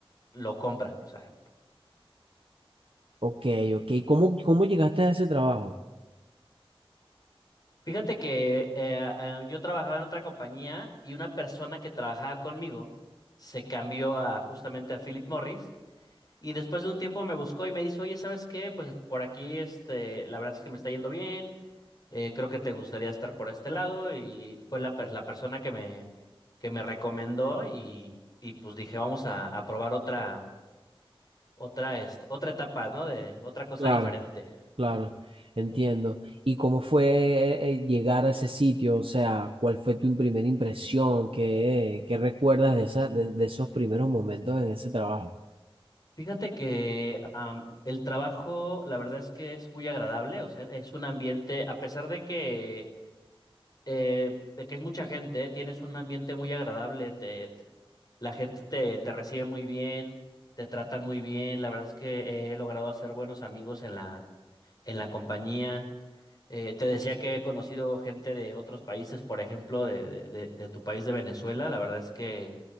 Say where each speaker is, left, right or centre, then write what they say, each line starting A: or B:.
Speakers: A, on the left (about 40°); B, on the right (about 70°).
A: lo compran. O sea,
B: Ok, ok. ¿Cómo, cómo llegaste a ese trabajo?
A: fíjate que eh, a- a- yo trabajaba en otra compañía y una persona que trabajaba conmigo se cambió a justamente a Philip Morris. Y después de un tiempo me buscó y me dice, oye, ¿sabes qué? Pues por aquí, este, la verdad es que me está yendo bien. eh, creo que te gustaría estar por este lado y fue la, per- la persona que me, que me recomendó y, y pues dije, vamos a, a probar otra, otra, este, otra etapa, ¿no? De otra cosa
B: Claro,
A: diferente.
B: claro, entiendo. ¿Y cómo fue eh, eh, llegar a ese sitio? O sea, ¿cuál fue tu primera impresión? ¿Qué, qué recuerdas de esa, de, de esos primeros momentos en ese trabajo?
A: Fíjate que am, el trabajo, la verdad es que es muy agradable, o sea, es un ambiente, a pesar de que, eh, de que es mucha gente, tienes un ambiente muy agradable, te, te- la gente te, te recibe muy bien, te tratan muy bien, la verdad es que he logrado hacer buenos amigos en la en la compañía. Eh, te decía que he conocido gente de otros países, por ejemplo, de, de, de- de tu país de Venezuela. La verdad es que